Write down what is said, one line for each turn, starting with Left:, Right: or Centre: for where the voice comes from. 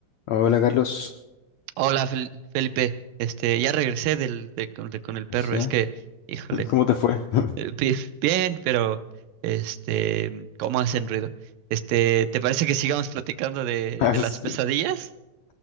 Left: Hola Carlos,
Right: Hola, Fel- Felipe. Este, ya regresé del, de, con, de- con el perro.
Left: Sí,
Right: Es que, híjole,
Left: ¿Cómo te fue? <laughs>
Right: eh, bi- bien, pero este, ¿cómo hacen ruido? Este, ¿te parece que sigamos platicando de,
Left: Es,
Right: de las pesadillas?